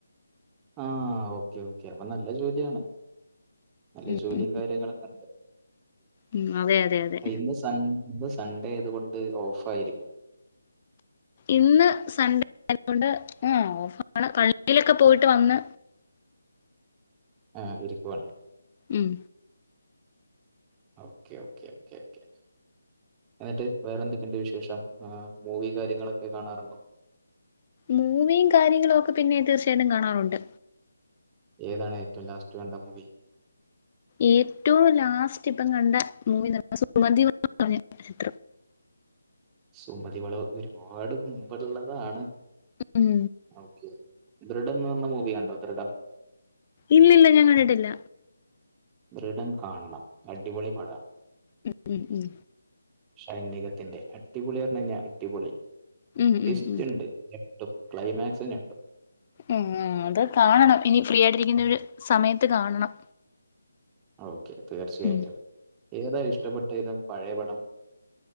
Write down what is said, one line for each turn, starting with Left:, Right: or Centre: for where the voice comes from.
Right: ആ ഓക്കെ ഓക്കെ അപ്പൊ നല്ല ജോലിയാണ് നല്ല
Left: ഉം
Right: ജോലിയും
Left: ഉം
Right: കാര്യങ്ങളൊ <inaudible>
Left: ഉം അതെ അതെ അതെ
Right: ഇന്ന് സൺ ഇ സൺഡേയത്കൊണ്ട് ഓഫായിരിക്കും
Left: ഇന്ന് സൺഡേ ആയതോണ്ട് അ ഓഫാണ് <unintelligible> യിലൊക്കെ പോയിട്ട് വന്ന്
Right: അ ഇരിക്കുവാണ്
Left: ഉം
Right: ഓക്കെ ഓക്കെ ഓക്കെ ഓക്കെ ന്ന്ട്ട് വേറെന്തൊക്കെണ്ട് വിശേഷം ആ മൂവി കാര്യങ്ങളൊക്കെ കാണാറുണ്ടോ
Left: മൂവിം കാര്യങ്ങളൊക്കെ പിന്നെ തീർച്ചയായിട്ടും കാണാറുണ്ട്
Right: ഏതാണേറ്റവും ലാസ്റ്റ് കണ്ട മൂവി
Left: ഏറ്റവും ലാസ്റ്റ് പ്പം കണ്ട മൂവി സുമതി <unintelligible> ചിത്രം
Right: സുമതി വളവ് ഒരുപാട് മുമ്പ്ള്ളതാണ്
Left: ഉം
Right: ഓക്കെ ദൃഢം ന്നർണ മൂവിയാണ്ടോ ദൃഢം
Left: ഇല്ല ഇല്ല ഞാൻ കണ്ടിട്ടില്ല
Right: ദൃഢം കാണണം അടിപൊളി പട
Left: ഉം ഉം ഉം
Right: സൈനികത്തിന്റെ അടിപൊളി എർണഴിഞ്ഞാ അടിപൊളി
Left: ഉം,
Right: ടിസ്റ്റ്
Left: ഉം, ഉം.
Right: ണ്ട് ഞെട്ടും ക്ലൈമാക്സ് ഞെട്ടും
Left: ഉം അത് കാണണം ഇനി ഫ്രീ ആയിട്ടിരിക്കുന്ന ഒരു സമയത്ത് കാണണം
Right: ഓക്കെ തീർച്ചയായിട്ടും
Left: ഉം.
Right: ഏതാ ഇഷ്ടപ്പെട്ട ഇത് പഴയ പടം